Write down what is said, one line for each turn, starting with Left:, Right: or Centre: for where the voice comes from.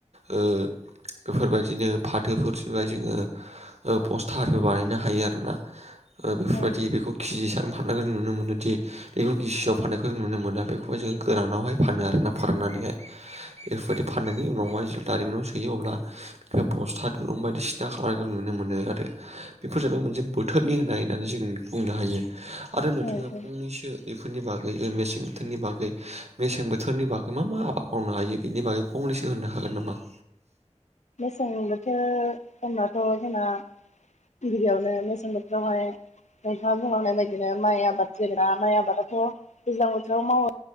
Right: ओ बेफोरबायदिनो फाथोफोर सिनबाय जोंङो ओ पस्टारिबो बानायनो हायो आरोना ओ बेफोरबायदि
Left: औ
Right: बेखौ केजि हिसाब फाननाय बेखौ जों नुनो मोनो दि बेखौ गिसिआव फाननायखौ नुनो मोना बेखौहाय जों गोरानावहाय फानो आरोना फोराननानैहाय बेफोरबायदि फाननायनि उनावहाय जों दारिमिनाव सोयो अब्ला बेनिफ्राय बस्था दुरुं बायदि सिना खालामनायखौ जों नुनो मोनो आरो बेफोर जाबाय मोनसे बोथोरनि होननाय होननानै जों बुंनो हायो आरो
Left: औ
Right: नोंथाङा एसे बेफोरनि बागै ओ मेसें बोथोरनि बागै मेसें बोथोरनि बागै मा मा आबाद मावनो हायो बिनि बागै फंनैसो होननो हागोन नामा?
Left: मेसें बोथोर होनबाथ' जोंना गिबि गिबियावनो मेसं बोथोरावहाय नोंथाङा बुंलांनाय बायदिनो माइ आबाद जेनेबा माइ आबादाथ' दैज्लां बोथोराव मावो